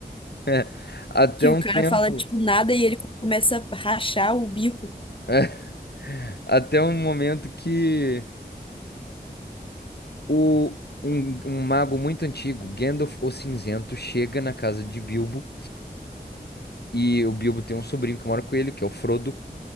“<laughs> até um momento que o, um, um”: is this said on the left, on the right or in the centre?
Left